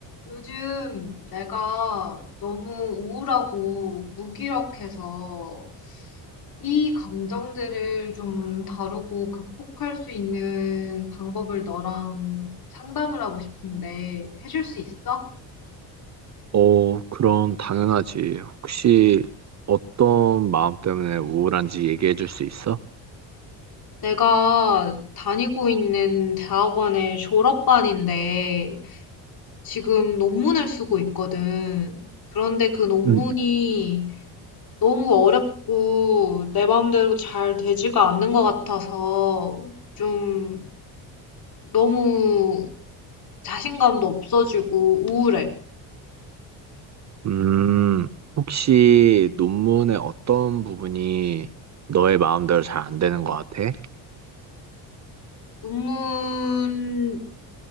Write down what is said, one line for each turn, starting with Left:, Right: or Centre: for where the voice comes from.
Left: 요즘 내가 너무 우울하고 무기력해서 이 감정들을 좀 다루고 극복할 수 있는 방법을 너랑 상담을 하고 싶은데 해줄 수 있어?
Right: 어, 그럼 당연하지. 혹시 어떤 마음 때문에 우울한지 얘기해 줄 수 있어?
Left: 내가 다니고 있는 대학원의 졸업반인데 지금 논문을 쓰고 있거든. 그런데 그 음. 논문이
Right: 음.
Left: 너무 어렵고 내 마음대로 잘 되지가 않는 것 같아서 좀 너무 자신감도 없어지고 우울해.
Right: 음, 혹시 논문의 어떤 부분이 너의 마음대로 잘 안 되는 것 같아?
Left: 논문을